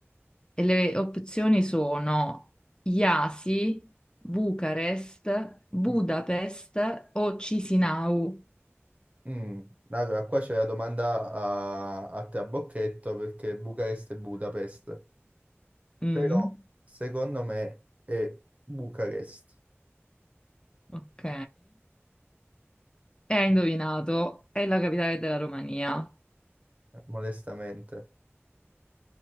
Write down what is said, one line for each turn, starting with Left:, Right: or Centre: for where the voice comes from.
Left: E le opzioni sono Iasi, Bucarest, Budapest
Right: Mm.
Left: o Cisinau.
Right: Mm. Allora, qua c'è la domanda a, a trabocchetto perché Bucarest e Budapest,
Left: Mm,
Right: però secondo me è Bucarest,
Left: ok. E hai indovinato, è la capitale della Romania.
Right: modestamente.